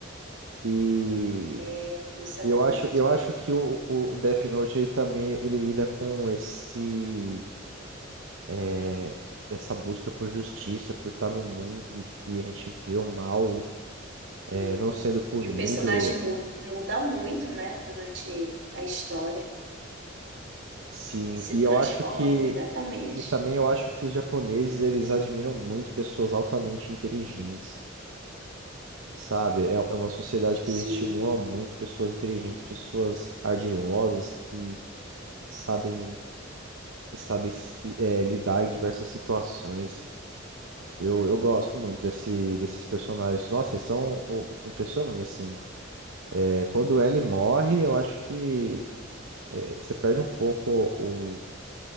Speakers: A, on the right; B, on the right.
A: E.
B: É, isso é
A: Eu
B: verdade.
A: acho, eu acho que o, o Death Note ele também ele lida com esse é, essa busca por justiça, por estar num mundo em que a gente vê o mal é,
B: Hum.
A: não sendo punido,
B: E o personagem mu- muda muito, né? Durante a história.
A: sim.
B: Se
A: E
B: transforma
A: eu acho que
B: completamente.
A: e, e também eu acho que os japoneses eles admiram muito pessoas altamente inteligentes, sabe? É, é uma sociedade que eles
B: Sim,
A: estimulam muito pessoas inteligentes, pessoas ardilosas que sabem que sabem se- é, lidar em diversas situações. Eu, eu gosto muito desse, desses personagens. Nossa, eles são o- impressionantes, assim. É, quando ele morre, eu acho que é, você perde um pouco o,